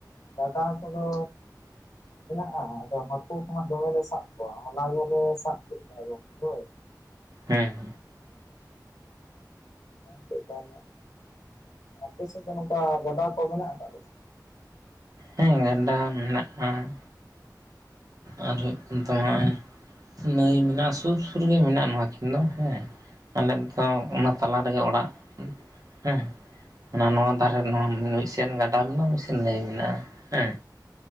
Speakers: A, on the left; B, on the right.
A: ᱜᱟᱰᱟ ᱠᱚᱫᱚ ᱢᱮᱱᱟᱜᱼᱟ ᱟᱫᱚ ᱦᱟᱹᱠᱩ ᱠᱚ ᱦᱟᱸᱜ ᱫᱚᱢᱮ ᱞᱮ ᱥᱟᱵ ᱠᱚᱣᱟ ᱦᱚᱞᱟ ᱜᱮᱞᱮ ᱥᱟᱵ ᱠᱮᱫ ᱠᱚᱣᱟ ᱜᱚᱝᱠᱮ ᱦᱳᱭ
B: ᱦᱮᱸ
A: ᱦᱮᱸᱪᱮᱫ ᱠᱟ ᱧᱚᱜ ᱮ ᱟᱯᱮ ᱥᱮᱫ ᱫᱚ ᱱᱚᱝᱠᱟ ᱜᱟᱰᱟ ᱠᱚ ᱢᱮᱱᱟᱜᱼᱟ ᱟᱠᱟᱫᱟ ᱥᱮ? ᱵᱟᱝ?
B: ᱦᱮᱸ ᱜᱟᱰᱟ ᱢᱮᱱᱟᱜᱼᱟ ᱾ ᱟᱨ ᱫᱚᱣᱟᱭ ᱱᱟᱹᱭ ᱢᱮᱱᱟᱜᱼᱟ ᱥᱩᱨ ᱥᱩᱨ ᱜᱮ ᱢᱮᱱᱟᱜᱼᱟ ᱱᱚᱣᱟ ᱠᱤᱱ ᱫᱚ ᱦᱮᱸ᱾ ᱟᱞᱮ ᱫᱚ ᱚᱱᱟ ᱛᱟᱞᱟ ᱨᱮᱜᱮ ᱚᱲᱟᱜ ᱦᱮᱸ᱾ ᱚᱱᱟ ᱱᱚᱣᱟ ᱫᱷᱟᱨᱮ ᱱᱚᱣᱟ ᱢᱤᱫᱥᱮᱱ ᱜᱟᱰᱟ ᱢᱮᱱᱟᱜᱼᱟ ᱢᱤᱫᱥᱮᱱ ᱱᱟᱹᱭ ᱢᱮᱱᱟᱜᱼᱟ ᱦᱮᱸ